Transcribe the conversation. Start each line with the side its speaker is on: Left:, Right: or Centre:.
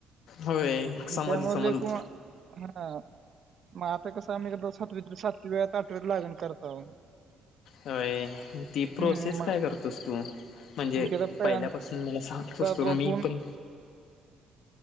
Left: होय
Right: त्यामुळे
Left: समजल समजल.
Right: लेकू हा मग आता कसं आम्ही एक सातवी सातव्यात आठव्या त लागण करताव.
Left: व्हय ती प्रोसेस
Right: हम्म मग
Left: काय करतोस तू म्हणजे
Right: मग त्याला पहिल्यांदा
Left: पहिल्यापासून मला सांग सस्त मी
Right: तो आपण
Left: पण.